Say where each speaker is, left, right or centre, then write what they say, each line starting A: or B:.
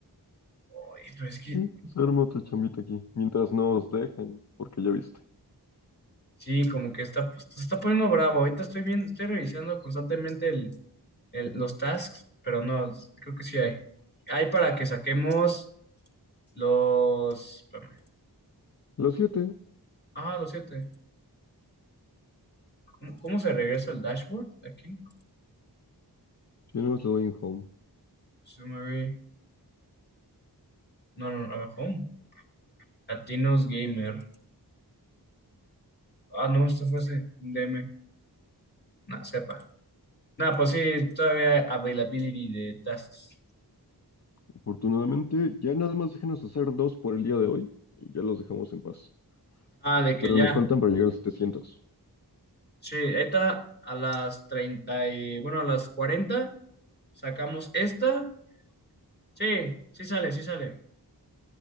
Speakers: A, on the left; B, on the left.
A: Oye, pues es que,
B: sí, se arma otra chambita aquí. Mientras no os dejen, porque ya viste.
A: sí, como que está, pues, se está poniendo bravo. Ahorita estoy bien, estoy revisando constantemente el, el- los tasks, pero no, creo que sí hay. Hay para que saquemos los... espérame.
B: Los siete,
A: Ah, los siete. ¿Cómo, cómo se regresa al dashboard? Aquí.
B: yo nada más le doy en home.
A: Se mueve. No, no, a ver, home. Latinos Gamer. Ah, no, esto fue ese DM. Nah, sepa. Nah, pues sí, todavía availability de tasks.
B: Afortunadamente, ya nada más déjenos hacer dos por el día de hoy y ya los dejamos en paz.
A: Ah, de que
B: Pero
A: ya.
B: nos faltan para llegar a 700.
A: Sí, esta a las 30 y, bueno, a las 40 sacamos esta. Sí, sí sale, sí sale.